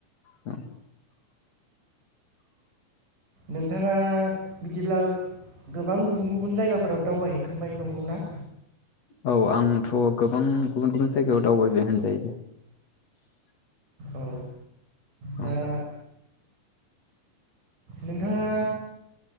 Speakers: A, on the left; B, on the right.
A: औ
B: नोंथाङा बिदिब्ला गोबां गुबुन गुबुन जायगाफोराव दावबायहैखांबाय नंगौना
A: औ आंथ' गोबां गुबुन गुबुन जायगायाव दावबायबाय होनजायो दे <unintelligible>
B: औ
A: औ
B: दा नोंथाङा